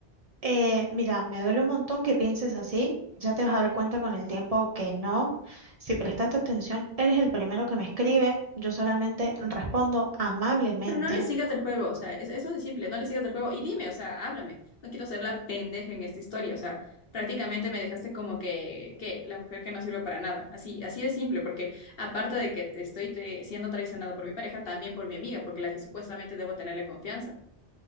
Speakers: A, on the right (about 35°); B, on the left (about 60°).
A: Eh, mira, me duele un montón que pienses así. Ya te vas a dar cuenta con el tiempo que no. Si prestaste atención, él es el primero que me escribe. Yo solamente respondo amablemente.
B: Pero no le sigas el juego, o sea, es- eso de simple, no le sigas el juego y dime, o sea, háblame, no quiero ser la pendeja en esta historia, o sea, prácticamente me dejaste como que, que la mujer que no sirve para nada, así, así de simple, porque aparte de que te estoy eh, siendo traicionado por mi pareja, también por mi amiga, porque la que supuestamente debo tenerle confianza.